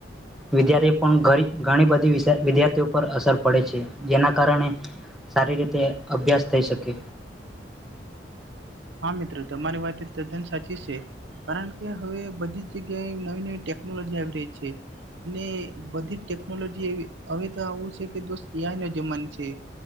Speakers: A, in the centre; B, on the right (about 80°).
A: વિદ્યાર્થી પણ ગ ઘણી બધી વિશે વિદ્યાર્થીઓ પર અસર પડે છે જેના કારણે સારી રીતે અભ્યાસ થઈ શકે
B: હા મિત્રો તમારી વાત એ તદ્દન સાચી છે કારણ કે હવે બધી જ જગ્યાએ ટેકનોલોજી આવી રહી છે. અને બધી ટેકનોલોજી હવે તો આવું છે કે દોસ્ત એઆઈ નો જમાનો છે